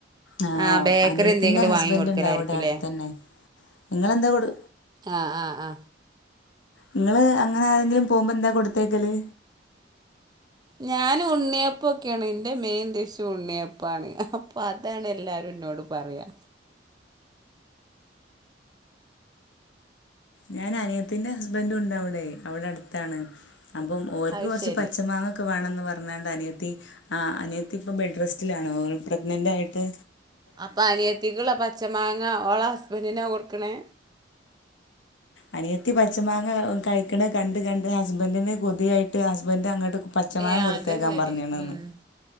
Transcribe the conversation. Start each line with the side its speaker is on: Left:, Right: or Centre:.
Left: ആ
Right: ആഹ് ബേക്കറി
Left: അനിയത്തിന്റെ
Right: എന്തെങ്കിലും
Left: ഹസ്ബന്റിണ്ടവിടെ
Right: വാങ്ങി കൊടുക്കലായിരിക്കുംല്ലേ
Left: അടുത്തന്നേ. നിങ്ങളെന്താ കൊടു
Right: ആ ആ ആ
Left: നിങ്ങള് അങ്ങനെ ആരെങ്കിലും പോവുമ്പോന്താ കൊടുത്തയക്കല്.
Right: ഞാൻ ഉണ്ണിയപ്പൊക്കെയാണ്. എന്റെ മെയിൻ ഡിഷ് ഉണ്ണിയപ്പാണ്. അപ്പൊ അതാണ് എല്ലാരും പറയാ.
Left: ഞാൻ അനിയത്തിന്റെ ഹസ്ബൻഡ്ണ്ടവിടെ അവിടെ അടു ത്താണ്. അപ്പ ഓര്ക്ക്
Right: അത്
Left: കൊറച്ച്
Right: ശരി
Left: പച്ച മാങ്ങക്കെ വേണന്ന് പറഞ്ഞണ്ട് അനിയ ആ അനിയത്തി ഇപ്പ ബെഡ് റെസ്റ്റിലാണ്. ഓല് പ്രഗ്നന്റായിട്ട്.
Right: അപ്പ അനിയത്തിക്കുള്ള പച്ച മാങ്ങ ഓളെ ഹസ്ബൻന്റിനാ കൊടുക്കണേ.
Left: അനിയത്തി പച്ച മാങ്ങ കഴിക്കണ കണ്ട്, കണ്ട്, ഹസ്ബന്റിന് കൊതിയായിട്ട് ഹസ്ബന്റ് അങ്ങട്ട് പച്ച മാങ്ങ
Right: ഏ
Left: കൊടുത്തേക്കാൻ
Right: അത് ശരി
Left: പറഞ്ഞെണാണ്.
Right: ഉം